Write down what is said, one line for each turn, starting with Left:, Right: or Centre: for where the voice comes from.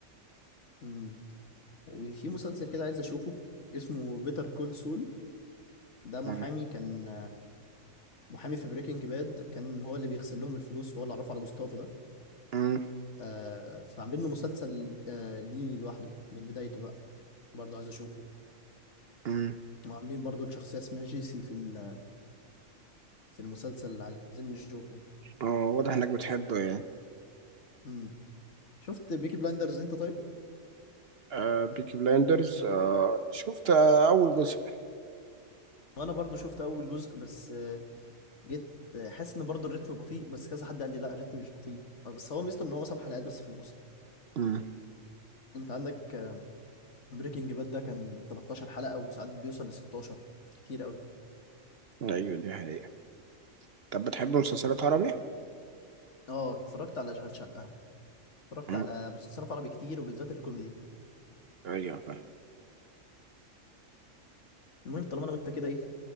Left: أمم. وفي مسلسل كده عايز أشوفه اسمه بيتر كول سول ده محامي
Right: مم.
Left: كان محامي في بريكنج باد كان هو اللي بيغسل لهم الفلوس وهو اللي عرفه على جوستافو ده
Right: مم.
Left: آه فعاملين له مسلسل آه ليه لوحده من بدايته بقى برضه عايز أشوفه
Right: مم.
Left: وعاملين برضه الشخصية اسمها جيسي في ال- في المسلسل اللي عايزين نشوفه
Right: اه واضح انك بتحبه يعني
Left: أمم. شفت بيكي بلايندرز انت طيب
Right: آه بيكي بلايندرز آه شفت آه اول جزء
Left: وانا برضو شفت اول جزء بس آه، جيت آه، حاسس ان برضو الريتم بطيء بس كذا حد قال لي لا الريتم مش بطيء آه، بس هو ميزته ان هو سبع حلقات بس في الموسم
Right: مم.
Left: انت عندك بريكنج باد ده كان 13 حلقة وساعات بيوصل ل 16 كتير قوي
Right: ايوه دي حقيقة طب بتحب مسلسلات عربي؟
Left: اه اتفرجت على اشغال شقة اتفرجت
Right: مم.
Left: على مسلسلات عربي كتير وبالذات الكوميدي
Right: ايوه فاهم
Left: المهم طالما انا وانت كده ايه